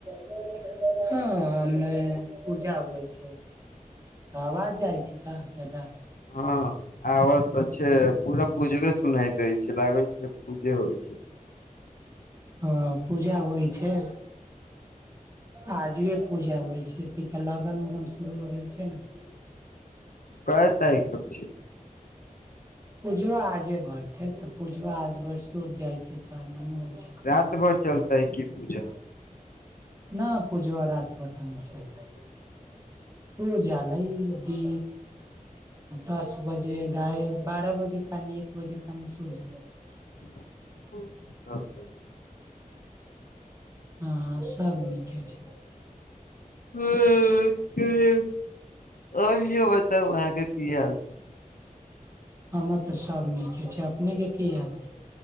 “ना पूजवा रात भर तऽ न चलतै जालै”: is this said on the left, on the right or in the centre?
Right